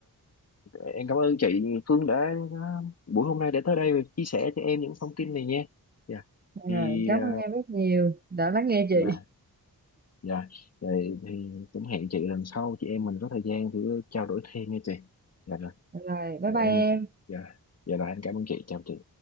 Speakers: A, on the left; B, on the right.
A: ờ, em cảm ơn chị Phương đã ờ, buổi hôm nay đã tới đây và chia sẻ cho em những thông tin này nha dạ thì
B: rồi cảm
A: ờ,
B: ơn em rất nhiều đã lắng nghe chị
A: dạ Dạ, vậy thì cũng hẹn chị lần sau chị em mình có thời gian thử trao đổi thêm nha chị. Dạ rồi,
B: rồi bye
A: dạ
B: bye
A: em
B: em
A: dạ, dạ rồi em cảm ơn chị, chào chị.